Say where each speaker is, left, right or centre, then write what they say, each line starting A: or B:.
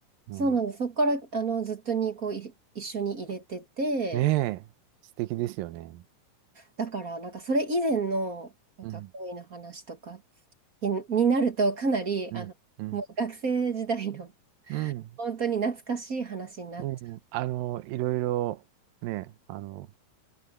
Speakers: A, on the right; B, on the right.
A: うん。
B: そうなんです。そこから、あの、ずっとに、こう、い一緒に入れてて、
A: ねえ、素敵ですよね。
B: だから、なんか、それ以前の、なんか、
A: うん、
B: 恋の話とかに、になると、かなり、
A: うん、
B: あの、
A: うん、
B: もう学生時代の
A: うん、
B: 本当に懐かしい話になっちゃ
A: うん。あの、いろいろ、ね、あの、